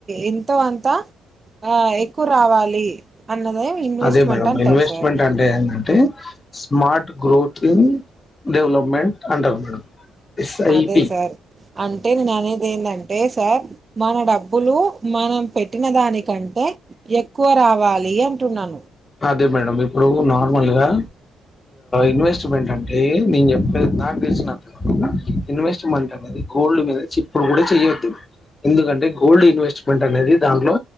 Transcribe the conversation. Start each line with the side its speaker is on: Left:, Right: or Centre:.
Right: ఎంతో అంతా ఆ ఎక్కువ రావాలి అన్నదే ఇన్వెస్ట్మెంట్
Left: అదే మేడమ్
Right: అంటారు
Left: ఇన్వెస్ట్మెంట్
Right: సార్
Left: అంటే ఏ అంటే స్మార్ట్ గ్రోతింగ్ డెవలప్మెంట్ అంటారు మేడం ఎస్ఐపి
Right: అదే సార్ అంటే నేను అనేది ఎందంటే సార్ మన డబ్బులు మనం పెట్టిన దానికంటే ఎక్కువ రావాలి అంటున్నాను
Left: అదే మేడం ఇప్పుడు నార్మల్ గా ఇన్వెస్ట్మెంట్ అంటే నేను చెప్పేది నాకు తెలిసినంతవరకు ఇన్వెస్ట్మెంట్ అనేది గోల్డ్ మీద ఏప్పుడు కూడా చెయొద్దు ఎందుకంటే గోల్డ్ ఇన్వెస్ట్మెంట్ అనేది దాంట్లో